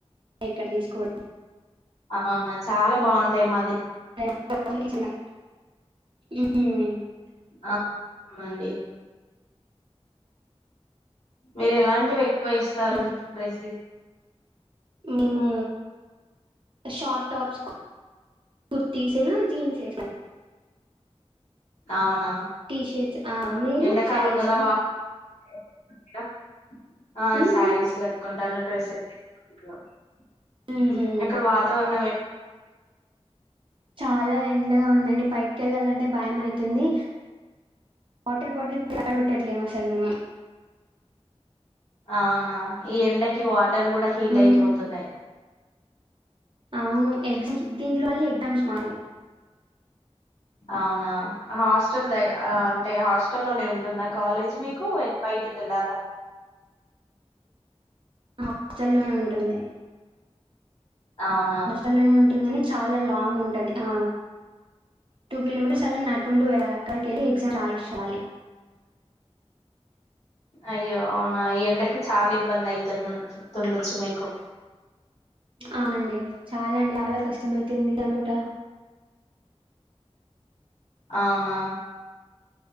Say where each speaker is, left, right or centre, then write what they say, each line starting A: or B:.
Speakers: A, on the right; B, on the left.
A: ఇక్కడ తీసుకో
B: అవునా చాలా బాగుంటాయి మ
A: <inaudible> హమ్
B: ఆ నండి మీరు ఎలాంటివి ఎక్కువేస్తారు
A: హ్మ్.
B: డ్రెసిస్
A: మేము షార్ట్ టాప్స్ కుర్తీస్ జీన్స్ వేస్తాం
B: అవునా
A: టీషర్ట్స్ ఆ మీరు
B: ఎండాకాలం
A: శారీసా
B: కదా వా <unintelligible> ఆ
A: హుహు.
B: శారీస్ కట్టుకుంటాను డ్రస్ <unintelligible>
A: హుహు.
B: అక్కడ వాతావరణం ఎ
A: చాలా ఎండగా ఉందండి బయట్‌కి ఎళ్లాలంటే భయం అయితుంది వాటిర్ బాటిల్ పక్కన పెట్టట్లేమ్ అసలు మేము
B: అవునా ఈ ఎండకి వా టర్ కూడా హీట్
A: మ్మ్
B: అయిపోతున్నాయ్
A: అవును ఎగ్జామ్స్ దీంట్లో మళ్ళీ ఎగ్జామ్స్ మాకు
B: అవునా హాస్టల్ ద అంటే హా లోనే ఉంటుంది ఆ కాలేజ్ మీకు <unintelligible> వెల్లాల
A: హాస్టల్లోనే ఉంటుంది
B: అవునా
A: హాస్టల్లోనే ఉంటుందని చాలా లాంగ్ ఉంటది ఆ టూ కిలోమీటర్స్ అలా నడ్కుంటూ వెల్లాల అక్కడికి వెళ్ళి ఎగ్జామ్ రాలి
B: అయ్యో అవునా ఈ ఎండకి చాల్‌ ఇబ్బంది అయితు తుండచ్చు మీకు
A: అవునండి చాల అండి చాల కష్టం అయితుంది టమటా
B: అవున